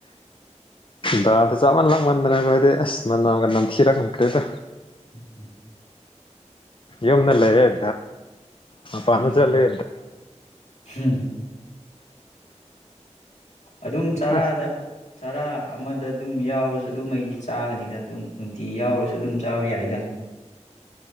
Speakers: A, on the left; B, on the left.
A: ꯗꯥꯜꯁꯦ ꯆꯞ ꯃꯟ ꯂꯛꯃꯟꯗꯅꯈꯣ ꯍꯥꯏꯗꯤ ꯑꯁ ꯃꯅꯝꯒ ꯅꯝꯊꯤꯔ ꯉꯝꯈ꯭ꯔꯦꯗꯣ
B: ꯎꯝ ꯎꯝ
A: ꯌꯨꯝꯗ ꯂꯩꯌꯦꯦ ꯃꯄꯥꯟꯗ
B: ꯎꯝ
A: ꯆꯠꯂꯦ
B: ꯎꯝ ꯑꯗꯨꯝ ꯆꯥꯔꯥꯗ
A: ꯑꯁ
B: ꯆꯔꯥ ꯑꯃꯗ ꯑꯗꯨꯝ ꯌꯥꯎꯔꯁꯨ ꯑꯗꯨꯝ ꯑꯩꯗꯤ ꯆꯥꯒꯅꯤꯗ ꯑꯗꯨꯝ ꯅꯨꯡꯇꯤ ꯌꯥꯎꯔꯁꯨ ꯑꯗꯨꯝ ꯆꯥꯕ ꯌꯥꯏꯗ ꯎ